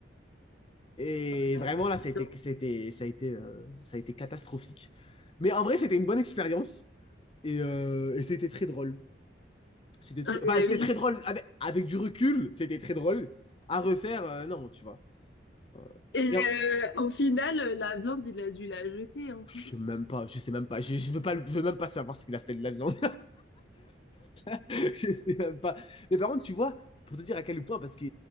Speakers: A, on the left; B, on the left.
A: Et
B: La
A: vraiment, là, ça
B: Nutella.
A: a été, ça a été, ça a été, euh, ça a été catastrophique. Mais en vrai, c'était une bonne expérience. Et, euh, et c'était très drôle. C'était très,
B: Ah
A: enfin,
B: bah
A: c'était
B: oui.
A: très drôle. Avec, avec du recul, c'était très drôle. À refaire, euh, non, tu vois. Euh,
B: Et
A: et
B: euh,
A: en-
B: au final, euh, la viande, il a dû la jeter, en fait.
A: Je sais même pas, je sais même pas, je, je veux pas, je veux même pas savoir ce qu'il a fait de la viande. <laughs> Je sais même pas. Mais par contre, tu vois, pour te dire à quel point, parce que